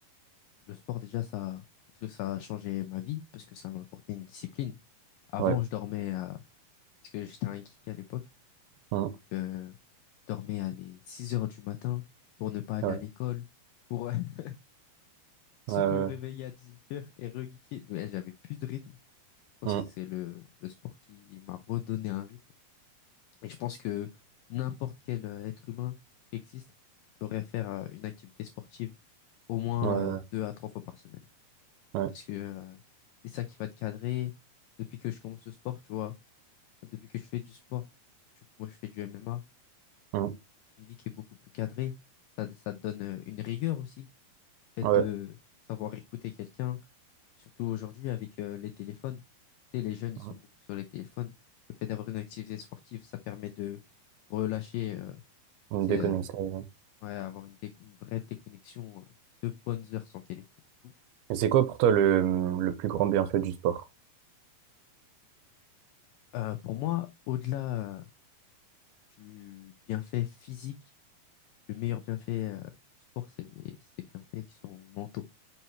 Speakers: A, on the left (about 85°); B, on the right (about 80°).
A: le sport déjà, ça. Parce que ça a changé ma vie, parce que ça m'a apporté une discipline. Avant,
B: Ouais.
A: je dormais à. Parce que j'étais un geek à l'époque.
B: Mm.
A: Donc euh, je dormais à des 6 heures du matin pour ne pas aller
B: Ouais.
A: à l'école. Pour... <laughs> Ensuite,
B: Euh,
A: me réveiller à 18h et regeeker. Ouais, J'avais plus de rythme. Je pense
B: mm.
A: que c'est le, le sport qui m'a redonné un rythme. Et je pense que n'importe quel euh, être humain qui existe devrait faire euh, une activité sportive au moins
B: Euh,
A: euh, deux à trois fois par semaine.
B: ouais.
A: Parce que euh, c'est ça qui va te cadrer. Depuis que je commence le sport, tu vois, depuis que je fais du sport, surtout que moi je fais du MMA,
B: Mm.
A: j'ai une vie qui est beaucoup plus cadrée. Ça, ça te donne euh, une rigueur aussi. Le
B: Ouais.
A: fait de savoir écouter quelqu'un, Surtout aujourd'hui avec euh, les téléphones. Tu sais, les jeunes, ils
B: Mm.
A: sont beaucoup sur les téléphones. Le fait d'avoir une activité sportive, ça permet de relâcher, euh,
B: Une
A: tu sais,
B: déconnexion.
A: euh,
B: ouais.
A: ouais, avoir une, dé- une vraie déconnexion, euh, de bonnes heures sans téléphone et tout.
B: Et c'est quoi pour toi le le plus grand bienfait du sport?
A: Euh, pour moi, au-delà euh, du bienfait physique, le meilleur bienfait euh, du sport, c'est les, ces bienfaits qui sont mentaux.